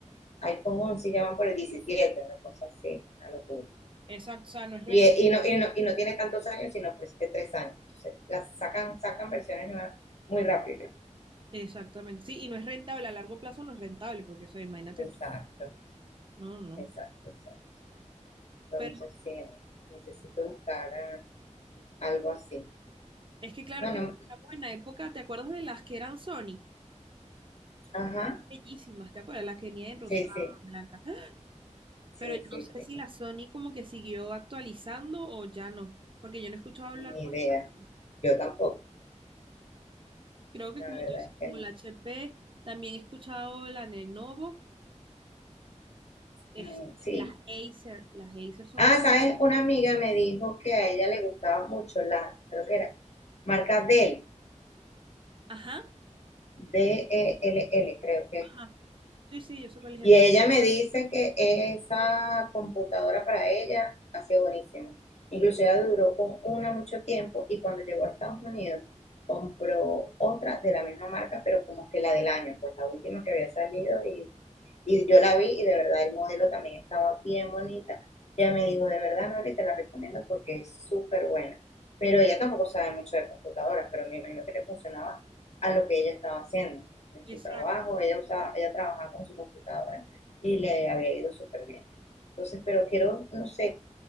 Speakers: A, on the left; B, on the right.
A: iPhone once y ya van por el diecisiete una cosa así, una locura.
B: Exacto, o sea, no es rentable.
A: Y, y, no, y, no, y no tiene tantos años, sino pues que tres años. Entonces, las sacan, sacan versiones nuevas muy rápido.
B: Exactamente, sí, y no es rentable, a largo plazo no es rentable, porque, o sea, imagínate
A: Exacto,
B: tú. No, no.
A: exacto, exacto. Entonces,
B: Pero
A: sí, necesito buscar eh, algo así.
B: es que, claro,
A: No,
B: es
A: no,
B: que estamos en la época, ¿te acuerdas de las que eran Sony?
A: ajá,
B: Bellísimas, ¿te acuerdas? Las que venían en rosado,
A: sí, sí,
B: en blanca. ¡Ah!
A: sí,
B: Pero yo
A: sí,
B: no sé
A: sí,
B: si la Sony como que siguió actualizando o ya no, porque yo no he escuchado hablar
A: ni
B: más.
A: idea. Yo tampoco,
B: Creo que
A: la
B: como
A: verdad
B: tú dices,
A: es
B: como
A: que no.
B: la HP, también he escuchado la Lenovo, este,
A: Mm, Sí.
B: las Acer, las Acer son
A: Ah,
B: muy...
A: ¿sabes? Una amiga me dijo que a ella le gustaba mucho la, creo que era, marca Dell,
B: Ajá,
A: D-E-L-L, creo que. es.
B: ajá, sí, sí, yo sé cuál es
A: Y
B: esa.
A: ella me dice que esa computadora para ella ha sido buenísima. Incluso ella duró con una mucho tiempo y cuando llegó a Estados Unidos compró otra de la misma marca, pero como que la del año, pues la última que había salido y Y yo la vi y de verdad el modelo también estaba bien bonita. Ella me dijo, de verdad, Nori, te la recomiendo porque es súper buena. Pero ella tampoco sabe mucho de computadoras, pero me imagino que le funcionaba a lo que ella estaba haciendo en su
B: Exacto.
A: trabajo. Ella usaba, ella trabajaba con su computadora y le había ido súper bien. Entonces, pero quiero, no sé,